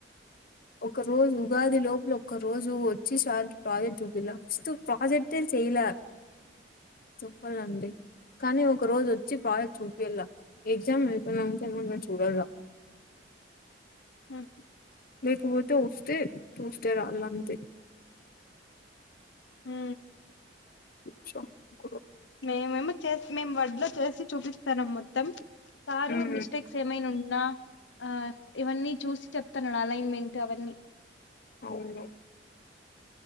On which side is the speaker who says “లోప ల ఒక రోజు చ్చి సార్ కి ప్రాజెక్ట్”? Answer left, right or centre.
Left